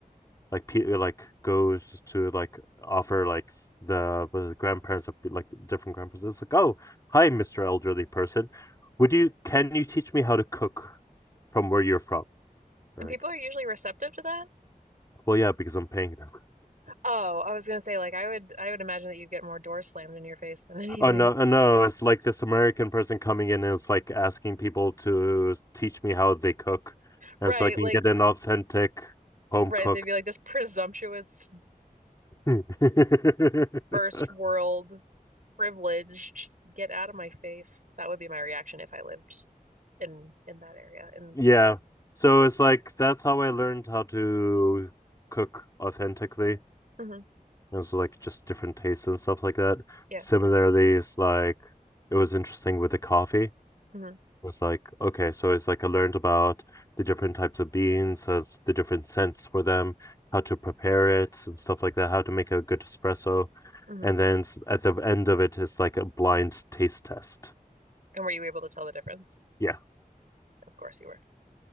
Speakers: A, on the left (about 20°); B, on the right (about 60°).
A: like Peter like goes to like offer like the, the grandparents of like different grandparents. It's like, oh, hi, Mister Elderly person. Would you can you teach me how to cook from where you're from?
B: And
A: They're
B: people
A: like,
B: are usually receptive to that?
A: well, yeah, because I'm paying them.
B: Oh, I was gonna say, like, I would I would imagine that you'd get more doors slammed in your face than <laughs> anything.
A: Oh no, oh, no, it's like this American person coming in and it's like asking people to teach me how they cook,
B: Right,
A: and so I can
B: like
A: get an authentic home
B: right,
A: cooked
B: they'd be like, this presumptuous
A: <laughs>
B: first world privileged, get out of my face. That would be my reaction if I lived in in that area. And
A: Yeah. So it's like that's how I learned how to cook authentically.
B: mhm,
A: It was like just different tastes and stuff like that.
B: yeah.
A: Similarly, it's like it was interesting with the coffee. It
B: mhm,
A: was like, okay, so it's like I learned about the different types of beans, uh, the different scents for them, how to prepare it and stuff like that, how to make a good espresso.
B: mhm.
A: And then s- at the end of it, it's like a blind taste test.
B: And were you able to tell the difference?
A: Yeah.
B: Of course you were.